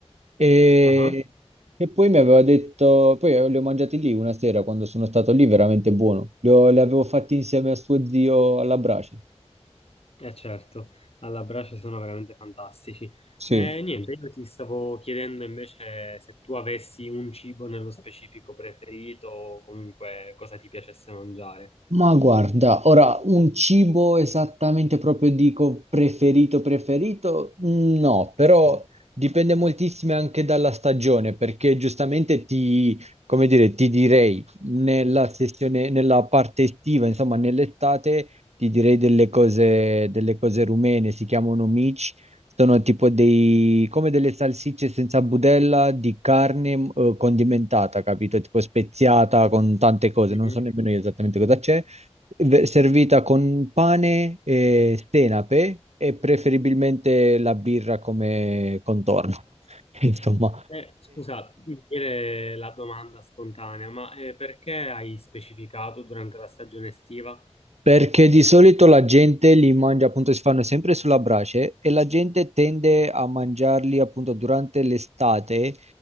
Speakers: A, on the right (about 70°); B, on the left (about 60°).
A: E
B: Ah.
A: E poi mi aveva detto, poi eh, li ho mangiati lì una sera quando sono stato lì, veramente buono. Li, ho- li avevo fatti insieme a suo zio alla brace.
B: Eh certo, alla brace sono veramente fantastici.
A: Sì.
B: Eh, niente, io ti stavo chiedendo invece se tu avessi un cibo nello specifico preferito o comunque cosa ti piacesse mangiare.
A: Ma guarda, ora un cibo esattamente proprio dico preferito preferito? No, però dipende moltissimo anche dalla stagione, perché giustamente ti, come dire, ti direi nella sessione, nella parte estiva, insomma, nell'estate ti direi delle cose, delle cose rumene, si chiamano mici Sono tipo dei, come delle salsicce senza budella di carne, mh, eh, condimentata, capito? Tipo speziata con tante cose,
B: Mhm.
A: non so nemmeno io esattamente cosa c'è, Ve- servita con pane e senape e preferibilmente la birra come contorno. <laughs> Insomma,
B: Eh, scusa, mi viene la domanda spontanea, ma eh, perché hai specificato durante la stagione estiva?
A: Perché di solito la gente li mangia, appunto, si fanno sempre sulla brace e la gente tende a mangiarli appunto durante l'estate,